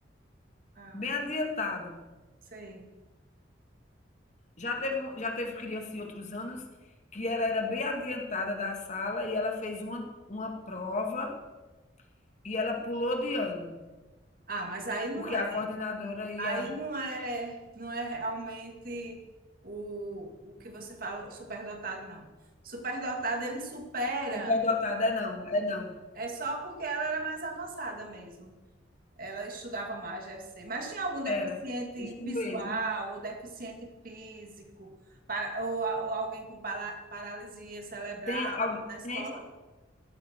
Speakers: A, on the right; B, on the left.
A: Ah,
B: bem adiantado.
A: sei.
B: Já teve, um- já teve criança em outros anos que ela era bem adiantada da sala e ela fez uma, uma prova e ela pulou de ano.
A: Ah, mas aí não
B: Porque
A: é.
B: a coordenadora
A: Aí
B: e a
A: não é, não é realmente o, o que você fala, superdotado, não. Superdotado, ele supera.
B: superdotada é não, é não,
A: É só porque ela era mais avançada mesmo. Ela estudava mais, deve ser. Mas tinha algum deficiente
B: era. Isso
A: visual
B: mesmo.
A: ou deficiente físico, para, ou, a- ou alguém com para- paralisia cerebral
B: Tem al
A: na escola?
B: tem